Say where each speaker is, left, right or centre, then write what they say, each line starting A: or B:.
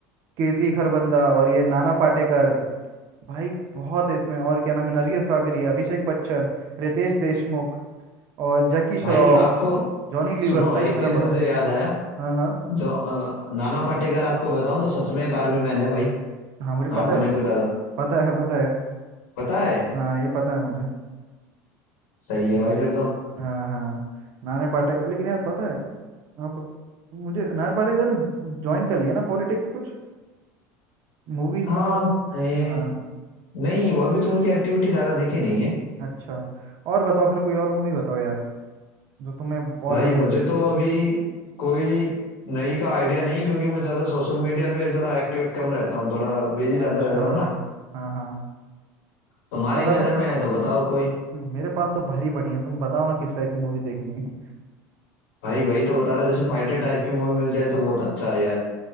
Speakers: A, on the right (about 45°); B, on the left (about 85°).
A: कीर्ति खरबंदा और ये नाना पाटेकर भाई बहुत है इसमें और क्या नाम है नरगिस फाकरी अभिषेक बच्चन रितेश देशमुख और जैकी श्रॉफ
B: भाई आपको
A: जॉनी लीवर
B: सुनो
A: भाई
B: एक
A: भरा
B: चीज
A: पड़ा
B: मुझे
A: है
B: याद आया
A: हाँ हाँ
B: जो अ, नाना पाटेकर आपको बताऊं तो सच में एक आर्मी मैन है भाई
A: हाँ मुझे पता
B: आपको
A: है
B: नहीं पता तो
A: पता है पता है
B: पता है
A: हाँ ये पता है मुझे
B: सही है
A: हम्म,
B: भाई फिर तो
A: हाँ हाँ नाना पाटेकर लेकिन यार पता है अब मुझे नायर पार्टी के साथ ज्वाइन कर लिया ना पॉलिटिक्स कुछ मूवीज
B: हाँ
A: में तो
B: ए,
A: हाँ
B: नहीं वो अभी तो उनकी एक्टिविटी ज्यादा दिखी नहीं है
A: अच्छा और बताओ फिर कोई और मूवी बताओ यार जो तुम्हें और
B: भाई
A: बढ़िया
B: मुझे तो अभी कोई नई का आइडिया नहीं क्योंकि मैं ज्यादा सोशल मीडिया पे थोड़ा एक्टिवेट कम रहता हूँ थोड़ा बिजी ज्यादा
A: अच्छा
B: रहता हूँ ना
A: हाँ हाँ
B: तुम्हारी
A: अगर
B: नजर
A: तुम ख...
B: में है तो बताओ कोई
A: मेरे पास तो भरी पड़ी है तुम बताओ ना किस टाइप की मूवी देखनी है
B: भाई वही तो बता रहा जैसे फाइटर टाइप की मूवी मिल जाए तो बहुत अच्छा है यार